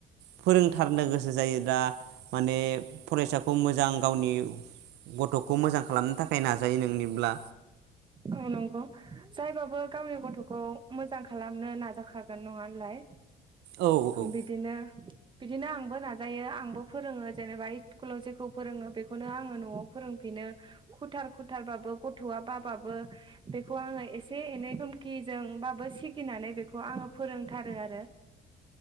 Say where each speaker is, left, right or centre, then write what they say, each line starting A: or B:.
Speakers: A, on the right; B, on the right.
A: फोरोंथारनो गोसो जायो दा माने फरायसाखौ मोजां गावनि गथ'खौ मोजां खालामनो थाखाय नाजायो नोंनिब्ला
B: औ नंगौ जायबाबो गावनि गथ'खौ मोजां खालामनो नाजाखागोन नङा होनलाय।
A: औ औ
B: बिदिनो बिदिनो आंबो नाजायो आंबो फोरोङो जेनेबा स्कुलाव जेखौ फोरोङो बेखौनो आङो न'आव फोरोंफिनो खुथार खुथारबाबो गथ'आ बाब बाबो बे आङो एसे एनै धुमखिजोंबाबो सिगिनानै बेखौ आङो फोरोंथारो आरो